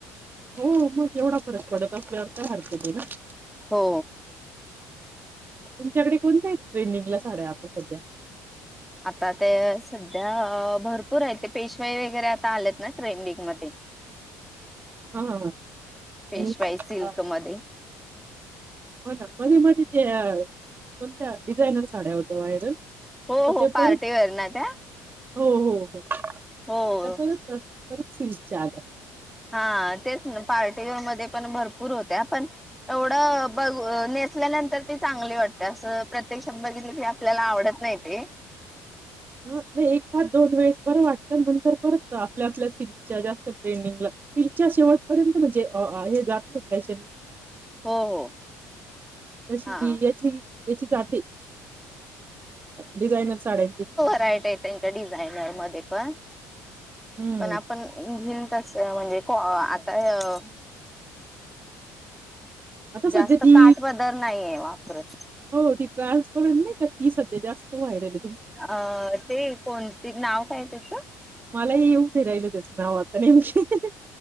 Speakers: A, on the right; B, in the centre.
A: हो मग एवढा फरक पडत असल्यावर काय हरकत ए ना.
B: हो.
A: तुमच्याकडे कोणत्या आहेत. ट्रेंनीं गला साड्या आता सध्या
B: आता ते स त्या भरपूर आहेत, ते पेशवाई वगैरे आता आल्यात ना ट्रेंडिंग मध्ये
A: हा
B: पेशवाई
A: आणि
B: सिल्क
A: अ,
B: मध्ये
A: हो ना मध्ये-मध्ये त्या कोणत्या डिझाईनर साड्या होत्या व्हायरल.
B: हो
A: आता
B: हो
A: ते परत
B: पार्टीवेअर ना त्या.
A: हो हो हो.
B: हो.
A: तर परत कर परत सिल्कच्या आल्या.
B: हा तेच ना पार्टीवेअर मध्ये पण भरपूर होत्या, पण एवढ बघ नेसल्यानंतर ती चांगली वाटते असं प्रत्यक्षात बघितली की आपल्याला आवडत नाही ते.
A: हा. नाही एखाद दोन वेळेस बरं वाटतं नंतर परत आपल्या-आपल्या सिल्कच्या जास्त ट्रेंडिंगला सिल्कच्या शेवटपर्यंत म्हणजे हे जात नाही फॅशन
B: हो हो.
A: तशी
B: हा
A: याची-याची जाते डिझायनर साड्यांची.
B: ईट आहे त्यांच्या डिझायनर मध्ये पण
A: हम्म
B: पण आपण घील तस म्हणजे को आता अ
A: आता
B: जास्त
A: सध्या ती
B: काठ पदर नाहीये. वापरत.
A: हो ती ट्रान्स पण नाही का ती सध्या जास्त व्हायरलए.
B: अ ते कोणती नाव काय तिचं?
A: मलाही येऊन नाही राहिल त्याचं नाव आता नेमकी